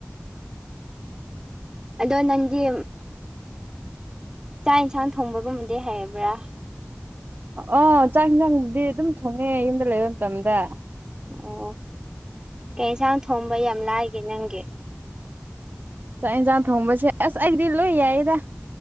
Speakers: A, on the right; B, on the right.
A: ꯑꯗꯣ ꯅꯪꯒꯤ ꯆꯥꯛ ꯌꯦꯟꯁꯥꯡ ꯊꯣꯡꯕꯒꯨꯝꯕꯗꯤ ꯍꯩꯕ꯭ꯔꯥ
B: ꯑꯣ ꯆꯥꯛ ꯌꯦꯟꯁꯥꯡꯕꯨꯗꯤ ꯑꯗꯨꯝ ꯊꯣꯡꯉꯦ ꯌꯨꯝꯗ ꯂꯩꯕ ꯃꯇꯝꯗ꯫
A: ꯑꯣ ꯀꯩ ꯌꯦꯟꯁꯥꯡ ꯊꯣꯡꯕ ꯌꯥꯝ ꯂꯥꯏꯒꯦ ꯅꯪꯒꯤ꯫
B: ꯆꯥꯛ ꯌꯦꯟꯁꯥꯡ ꯊꯣꯡꯕꯁꯦ ꯑꯁ ꯑꯩꯗꯤ ꯂꯣꯏ ꯌꯥꯏꯗ